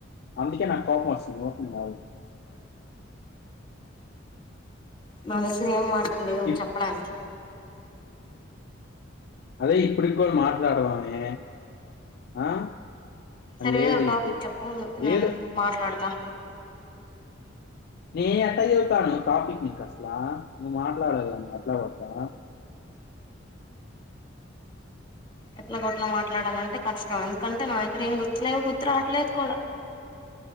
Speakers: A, on the left (about 50°); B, on the left (about 25°).
A: అందుకే నాకు కోపం వస్తుంది ఓకేనండి
B: నా దగ్గరా ఏం మాట్ లేవు
A: ఇప్
B: చెప్పడానికి
A: అదే ఇప్పుటికి కూడా మాట్లాడువామే ఆ అని
B: సరే
A: లేదు
B: ఏదో ఒక
A: నీకు
B: టాపిక్ చెప్పు నేను
A: ఏదో
B: మాట్లాడ్తా
A: నే ఎట్లా చెపుతాను టాపిక్ నీక్ అసలా నువ్వు మాట్లాడవ్గా ఎట్లాగో అట్లా
B: ఎట్లా గొట్లా మాట్లాడాలంటే కష్టం ఎందుకంటే నా దగ్గర ఏం గుర్తులేవు గుర్తు రాట్లేదు కూడా